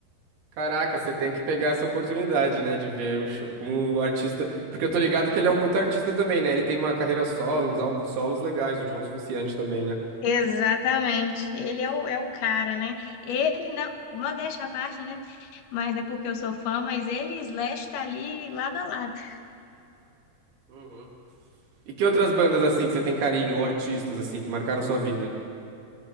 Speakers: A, on the right (about 85°); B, on the left (about 80°).
A: Caraca, você tem que pegar essa oportunidade, né, de ver o show com o artista. Porque eu tô ligado que ele é um puta artista também, né? Ele tem uma carreira solo, uns álbuns solos legais, o John Frusciante também, né?
B: Exatamente. Ele é o, é o cara, né? Ele, não, modéstia à parte, né? mas não é porque eu sou fã, mas ele e Slash tá ali lado a lado.
A: Uhum. E que outras bandas, assim, que você tem carinho, ou artistas, assim, que marcaram sua vida?